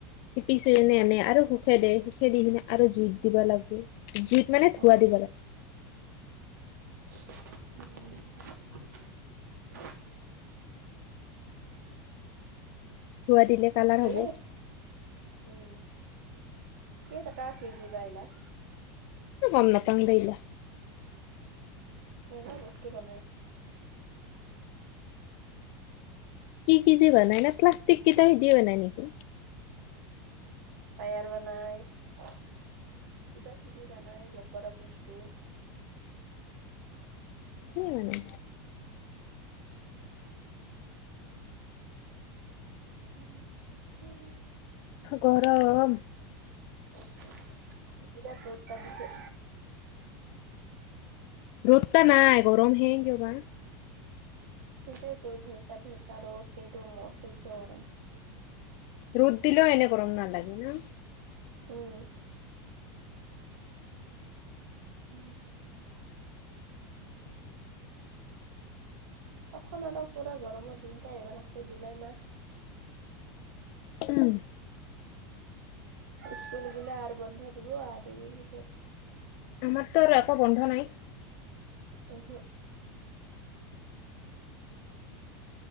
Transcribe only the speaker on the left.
পিচিকেনে আমি আৰু শুখে দে শুখে দি কিনে আৰু জুইত দিব লাগিব। জুইত মানে
ধুৱা দিব লাগে।
ধুৱা দিলে কালাৰ
হ'ব
গম নেপাং দেই এইগিলা।
কি কি যে বনাই না প্লাষ্টিক কেইটাও হেটিয়ে বনাই নেকি?
কি মানে?
গৰম।
ৰ'দতা নাই গৰমহে কিয় বা?
ৰ'দ দিলেও এনে গৰম নালাগে না।
উম।
আমাৰতো আৰু একো বন্ধ নাই।